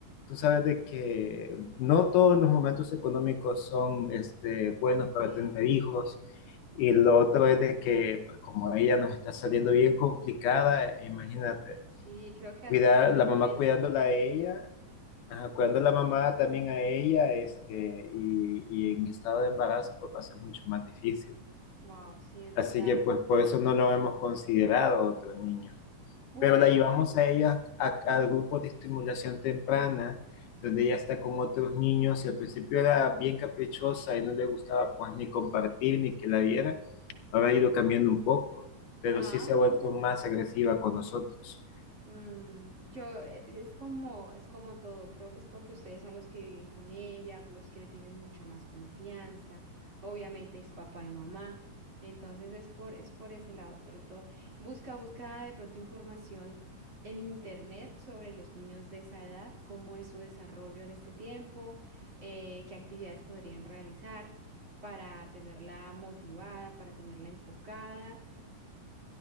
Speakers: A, on the left; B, on the right.
A: tú sabes de que no todos los momentos económicos son este, buenos para
B: Sí,
A: tener hijos. Y lo otro es de que, pues como ella nos está saliendo bien complicada, imagínate,
B: sí, creo que
A: cuidar,
B: hace que uno lo
A: la mamá
B: piense.
A: cuidándola a ella, ajá, cuidando a la mamá también a ella, este, y, y en estado de embarazo, pues va a ser mucho más difícil.
B: Wow, sí, es
A: Así
B: verdad.
A: que pues por eso no lo hemos considerado otro niño.
B: Puede.
A: Pero la llevamos a ella a-
B: ujú.
A: al grupo de estimulación temprana, donde ella está con otros niños y al principio era bien caprichosa y no le gustaba pues ni compartir ni que la vieran. Ahora ha ido cambiando un poco, pero
B: Ah,
A: sí se ha
B: mira.
A: vuelto más agresiva con nosotros.
B: Mm, yo, eh, es como, es como todo, creo que es porque ustedes son los que viven con ella, los que le tienen mucha más confianza, obviamente es papá y mamá, entonces es por, es por ese lado, pero entonces busca, busca de pronto información en internet sobre los niños de esa edad, cómo es su desarrollo en este tiempo, eh, qué actividades podrían realizar para tenerla motivada, para tenerla enfocada